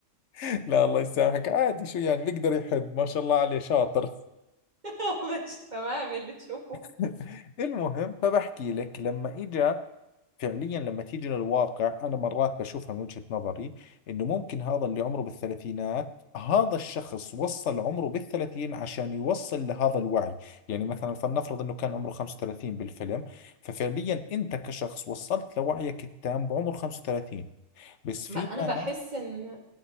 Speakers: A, on the left; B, on the right.
A: <laughs> لا الله يسامحك عادي شو يعني بيقدر يحب ما شاء الله عليه شاطر
B: <laughs> ماشي تمام اللي تشوفه
A: <laughs> المهم فبحكي لك لما اجى فعليا لما تيجي للواقع انا مرات بشوفها من وجهة نظري انه ممكن هذا اللي عمره بالثلاثينات هذا الشخص وصل عمره بالثلاثين عشان يوصل لهذا الوعي يعني مثلا فلنفرض انه كان عمره 35 بالفيلم ففعليا انت كشخص وصلت لوعيك التام بعمر 35 بس في
B: ما انا
A: ناس
B: بحس ان